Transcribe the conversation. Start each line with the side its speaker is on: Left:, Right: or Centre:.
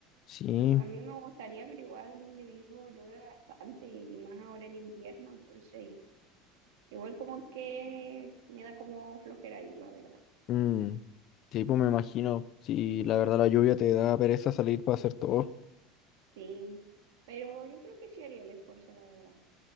Left: Sí,
Right: A mí me gustaría, pero igual donde vivo llueve bastante y más ahora en invierno, entonces igual como que me da como flojera ir, la verdad.
Left: mm, Sí, pues me imagino. Si la verdad la lluvia te da pereza salir para hacer todo.
Right: Sí, pero yo creo que sí haría el esfuerzo, la verdad.